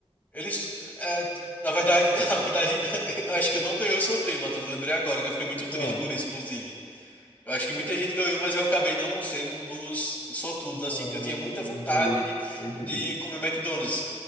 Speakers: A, on the left (about 15°); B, on the left (about 80°).
A: Eles. é, na verdade, <laughs> na verdade, eu acho que eu não ganhei o sorteio, Matheus. Eu lembrei agora, que eu fiquei muito triste
B: Ah,
A: por isso, inclusive. Eu acho que muita gente ganhou, mas eu acabei não sendo um dos sortudos, assim,
B: ah,
A: que eu tinha muita vontade
B: entendi.
A: de,
B: Entendi.
A: de
B: que-
A: comer McDonald's.